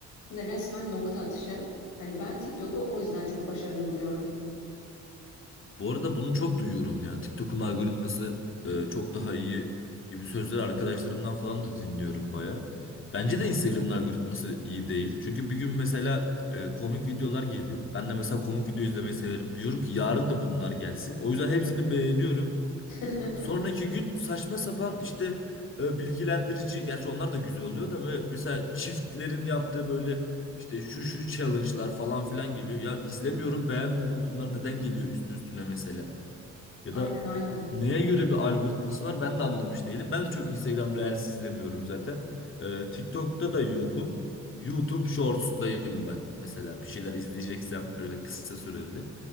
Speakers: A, on the left; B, on the left.
A: resmen nokta atışı. Hani ben TikTok'u o yüzden çok başarılı buluyorum.
B: Bu arada bunu çok duyuyorum ya. TikTok'un algoritması e, çok daha iyi gibi sözler arkadaşlarımdan falan da dinliyorum baya. Bence de Instagram'ın algoritması iyi değil. Çünkü bir gün mesela e, komik videolar geliyor. Ben de mesela komik video izlemeyi severim. Diyorum ki yarın da bunlar gelsin. O yüzden hepsini beğeniyorum.
A: <laughs>
B: Sonraki gün saçma sapan işte e, bilgilendirici. Gerçi onlar da güzel oluyor da böyle mesela çiftlerin yaptığı böyle işte şu şu challenge'lar falan filan geliyor. Ya izlemiyorum, beğenmiyorum. Bunlar neden geliyor üstü üstüne mesela? Ya
A: Aynen
B: da
A: aynen.
B: neye göre bir algoritması var ben de anlamış değilim. Ben de çok Instagram Reels izlemiyorum zaten. Ee, TikTok'ta da yokum. YouTube Shorts'dayım ben. Mesela bir şeyler izleyeceksem öyle kısa süreli.